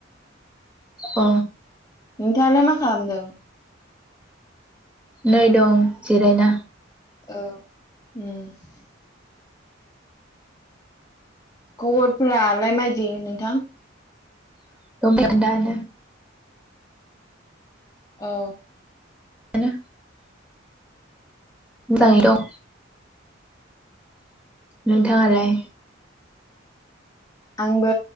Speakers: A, in the centre; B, on the left (about 20°).
A: अ
B: नोंथाङालाय मा खालामदों?
A: नै दं जिरायना
B: औ खबरफोरालाय माइ ग नोंथां?
A: <unintelligible>
B: औ
A: बि <unintelligible> मोजाङै
B: औ
A: दं नोंथाङालाय?
B: आंबो